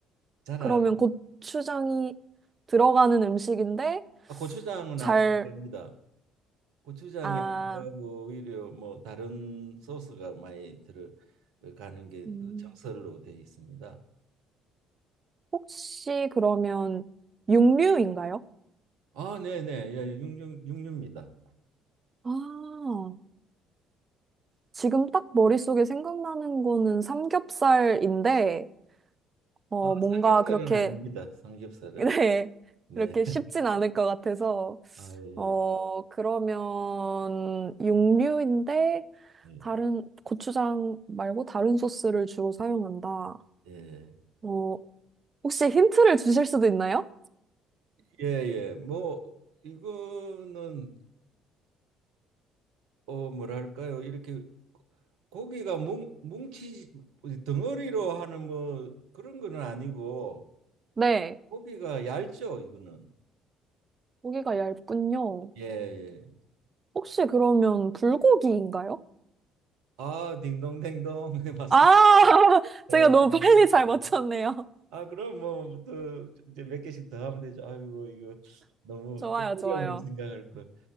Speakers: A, on the right; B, on the right.
A: 잘
B: 그러면
A: 안,
B: 고추장이 들어가는 음식인데
A: 아, 고추장은
B: 잘,
A: 안 들어갑니다. 고추장이
B: 아,
A: 안 들어가고 오히려 뭐 다른 소스가 많이 들어가는 게또
B: 음,
A: 정설로 되어 있습니다.
B: 혹시 그러면 육류인가요?
A: 아, 네, 네, 예, 예. 육류, 육류입니다.
B: 아, 지금 딱 머릿속에 생각나는 거는 삼겹살인데, 어,
A: 아,
B: 뭔가
A: 삼겹살은
B: 그렇게
A: 아닙니다. 삼겹살은
B: <laughs> 네.
A: 네,
B: 이렇게 쉽진 않을 것 같아서,
A: 아, 예,
B: 어, 그러면 육류인데
A: 예,
B: 다른 고추장 말고 다른 소스를 주로 사용한다.
A: 예,
B: 어, 혹시 힌트를 주실 수도 있나요?
A: 예, 예. 뭐 이거는 어 뭐랄까요? 이렇게 고기가 뭉 뭉치 덩어리로 하는 뭐 그런 거는 아니고.
B: 네.
A: 고기가 얇죠, 이거는.
B: 고기가 얇군요.
A: 예, 예.
B: 혹시 그러면 불고기인가요?
A: 아, 딩동댕동. <laughs> 맞습니다.
B: 아, <laughs> 제가
A: 예,
B: 너무
A: 잘
B: 빨리
A: 맞으습니다
B: 잘 맞췄네요.
A: 아, 그럼 뭐, 또, 이제 몇 개씩 더 하면 되죠. 아이고, 이거 너무
B: <laughs> 좋아요,
A: 좀 어려운
B: 좋아요.
A: 걸 생각할 거.